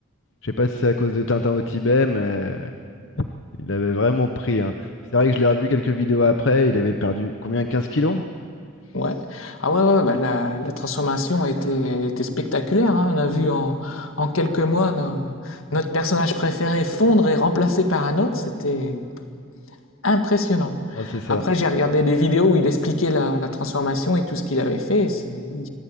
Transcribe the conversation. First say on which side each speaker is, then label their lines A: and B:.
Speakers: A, on the left; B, on the left.
A: Je sais pas si c'est à cause de Tintin au Tibet, mais il avait vraiment pris. hein. Puis C'est vrai que je l'ai revu quelques vidéos après. Il avait perdu combien? 15 kilos?
B: Ouais. Ah ouais, ouais, bah la, la transformation était, était spectaculaire, hein. On a vu en, en quelques mois no- notre personnage préféré fondre et remplacé par un autre. C'était, impressionnant.
A: Ah, c'est ça.
B: Après, j'ai regardé des vidéos où il expliquait la, la transformation et tout ce qu'il avait fait. Il